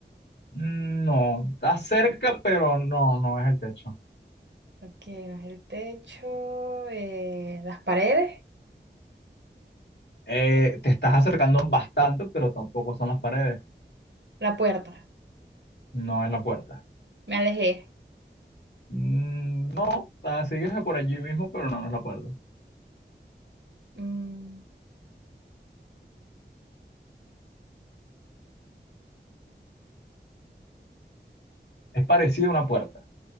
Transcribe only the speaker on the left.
Mm, No, está cerca, pero no, no es el techo.
Eh, te estás acercando bastante, pero tampoco son las paredes,
no es la puerta.
Mm, No, ah, sigues por allí mismo, pero no, no es la puerta.
Es parecido a una puerta,